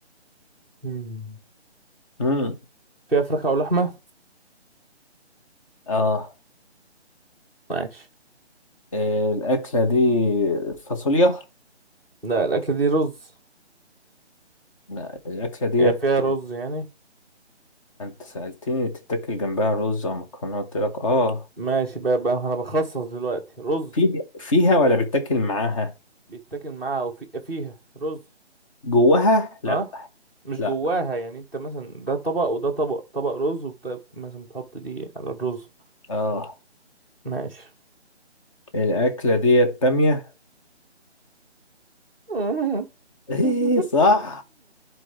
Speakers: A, in the centre; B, on the left.
A: مم.
B: مم.
A: فيها فراخ او لحمه
B: اه
A: ماشي
B: آه، الأكلة دي فاصوليا
A: لا الاكله دي رز
B: لا الأكلة ديت
A: يعني فيها رز يعني
B: أنت سألتني تتاكل جنبها رز أو مكرونة قلت لك اه
A: ماشي بقى بقى انا بخصص دلوقتي رز
B: في فيها ولا بتاكل معاها
A: بيتاكل معاها او في فيها رز
B: جواها لا
A: اه مش
B: لا
A: جواها يعني انت مثلا ده طبق وده طبق طبق رز وبت... مثلا تحط دي على الرز
B: اه
A: ماشي
B: الأكلة ديت بامية
A: <laughs> آه.
B: ايه
A: انت
B: صح